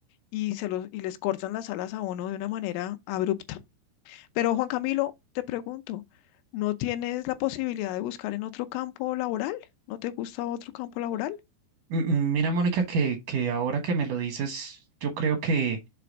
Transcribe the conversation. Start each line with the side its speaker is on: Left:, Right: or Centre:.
Left: y, se los, y les cortan las alas a uno de una manera abrupta. Pero Juan Camilo, te pregunto, ¿no tienes la posibilidad de buscar en otro campo laboral? ¿No te gusta otro campo laboral?
Right: M- Mira, Mónica, que, que ahora que me lo dices, yo creo que...